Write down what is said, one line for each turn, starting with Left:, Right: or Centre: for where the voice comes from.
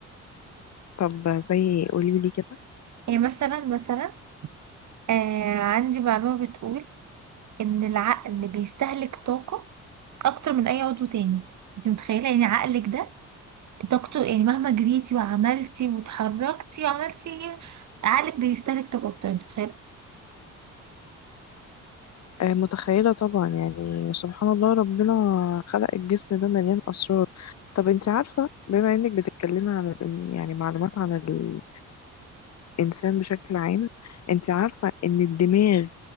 Left: طب زي قوليلي كده
Right: ايه مثلا مثلا آه عندي معلومة بتقول ان العقل بيستهلك طاقة اكتر من اي عضو تاني انت متخيلة يعني عقلك ده طاقته يعني مهما جريتي وعملتي وتحركتي وعملتي إيه، عقلك بيستهلك طاقة اكتر انت متخيلة
Left: آه متخيلة طبعا يعني سبحان الله ربنا خلق الجسم ده مليان أسرار طب انت عارفة بما انك بتتكلمي عن ال- يعني معلومات عن ال... الإنسان بشكل عام انت عارفة ان الدماغ